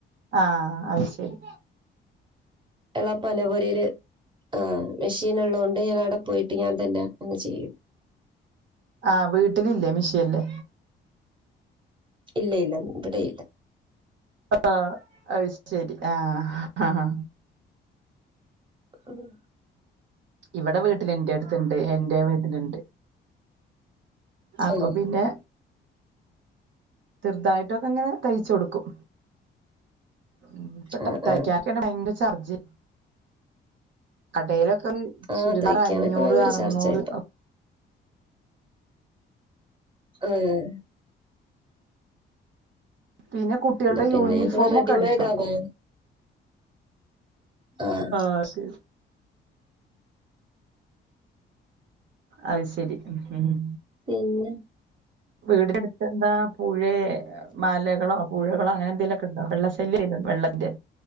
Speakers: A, on the right (about 65°); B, on the right (about 25°).
A: ആഹ് അത് ശരി.
B: എളാപ്പാന്റെ പൊരേല ആഹ് മെഷീന് ഇള്ളോണ്ട് ഞാൻ ആടെ പോയിട്ട് ഞാൻ തന്നെ അങ് ചെയ്യും.
A: ആഹ് വീട്ടിലില്ലേ മീഷേൻ ഇല്ലേ?
B: ഇല്ലയില്ല ഇബടെയില്ല
A: ആഹ് അത് ശരി ആഹ് ആഹാ
B: ആഹ്
A: ഇവിടെ വീട്ടിൽ എന്റെ അടുത്ണ്ട് എന്റെ വീട്ടിലുണ്ട് അപ്പൊ
B: ആഹ്
A: പിന്നെ ചെറുതായിട്ടൊക്കെ അങ്ങനെ തയ്ച് കൊടുക്കും മം ഇപ്പോ
B: ആഹ്
A: തൈക്കാനൊക്കെ
B: ആഹ്
A: ഭയങ്കര ചാർജ് കടയിലൊക്കെ
B: ആഹ്
A: ചുരിദാറ്
B: തയ്ക്കാനൊക്കെ
A: അഞ്ഞൂറ്
B: ഭയങ്കര
A: അറുന്നൂറ്
B: ചാർജാ ഇപ്പൊ ആഹ്
A: പിന്നെ കുട്ടികളുടെ
B: പിന്നെ
A: യൂണിഫോമൊക്കെ
B: ഞങ്ങള് റെഡിമെയഡ്
A: അടിച്ചു കൊടുക്കും
B: ആ വാങ്ങി ആഹ്
A: അത് ശരി അത് ശരി മം മം
B: പിന്നെ
A: വീട് അടുത്ത് എന്താ പുഴേ മലകളോ പുഴകളോ അങ്ങനെ എന്തെലൊ ക്കേണ്ടോ? വെള്ള ശല്യ വെള്ളത്തിന്റെ